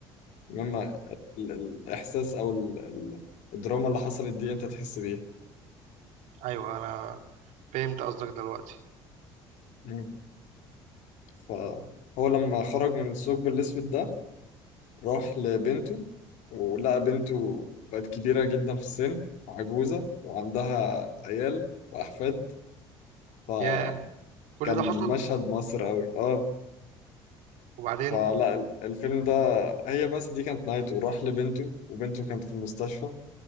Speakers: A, on the left (about 60°); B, on the right (about 60°).
A: المهم ال- ال- الإحساس أو ال- ال- الدراما اللي حصلت دي أنت تحس بيها
B: أيوه أنا فهمت قصدك دلوقتي،
A: مم. فهو لما خرج من الثقب الأسود ده راح لبنته ولقى بنته بقت كبيرة جدا في السن عجوزة وعندها عيال وأحفاد فكان
B: ياه! كل ده حصل؟
A: مشهد مصر قوي اه
B: وبعدين؟
A: فلا الفيلم ده هي بس دي كانت نهايته راح لبنته وبنته كانت في المستشفى